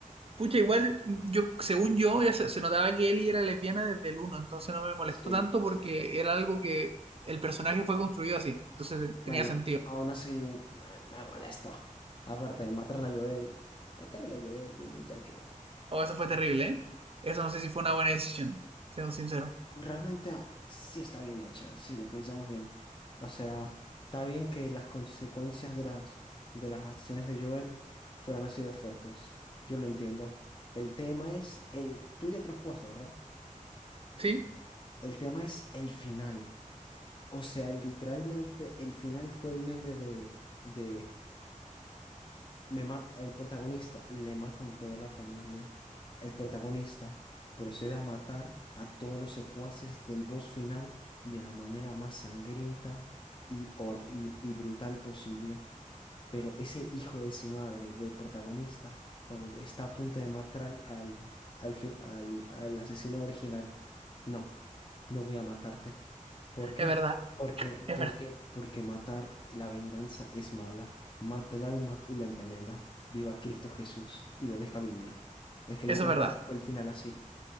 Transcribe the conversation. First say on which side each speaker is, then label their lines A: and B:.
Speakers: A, on the right (about 45°); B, on the left (about 35°).
A: Pucha, igual, yo, según yo, ya se, se notaba que Ellie era lesbiana desde el uno entonces no me molestó
B: Sí.
A: tanto porque era algo que el personaje fue construido así, entonces
B: Bueno,
A: tenía sentido.
B: aún así me, me molesto. Aparte, mataron a Joel. Mataron a Joel, tío, muchacho.
A: Oh, eso fue terrible, ¿eh? Eso no sé si fue una buena decisión, siendo sincero.
B: Realmente ah, sí está bien hecha, si lo pensamos bien. O sea, está bien que las consecuencias de las, de las acciones de Joel fueran así de fuertes. Yo lo entiendo. El tema es, el, tú ya te lo jugaste, ¿verdad?
A: Sí,
B: El tema es el final. O sea, literalmente el final fue el meme de, de me ma- el protagonista, le matan toda la familia. El protagonista procede a matar a todos los secuaces del boss final de la manera más sangrienta y, hor- y, y brutal posible. Pero ese hijo de su madre, del protagonista, cuando está a punto de matar al, al, fi- al, al asesino original, no, no voy a matarte. ¿Por qué?
A: es verdad,
B: Porque,
A: es
B: porque,
A: verdad,
B: porque matar y la venganza es mala. Mata el alma y la envenena. Viva Cristo Jesús y lo deja vivir. Es que literalmente
A: eso es verdad.
B: fue el final así.